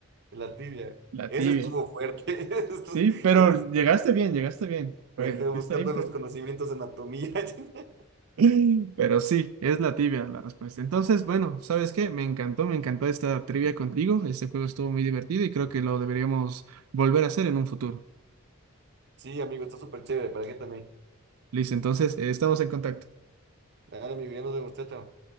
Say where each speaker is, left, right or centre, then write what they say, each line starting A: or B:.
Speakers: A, on the right (about 50°); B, on the right (about 85°).
A: la tibia.
B: La
A: Ese
B: tibia.
A: estuvo fuerte. <laughs> Ese estuvo-
B: Sí, pero
A: ese-
B: llegaste bien, llegaste bien. Bueno,
A: ajá,
B: fuiste
A: Buscando
B: ahí, pero...
A: los conocimientos de anatomía. <laughs>
B: <laughs> Pero sí, es la tibia la respuesta. Entonces, bueno, ¿sabes qué? Me encantó, me encantó esta trivia contigo. Este juego estuvo muy divertido y creo que lo deberíamos volver a hacer en un futuro.
A: Sí, amigo, está súper chévere. ¿Para qué también?
B: Listo, entonces, eh, estamos en contacto.
A: Dale, mi bien, nos vemos, chao, chao.